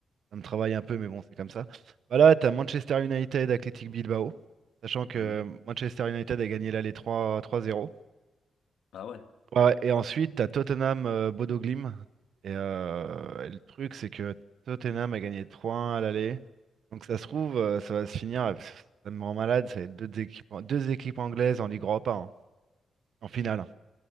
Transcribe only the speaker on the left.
Mhm.
Ah ouais,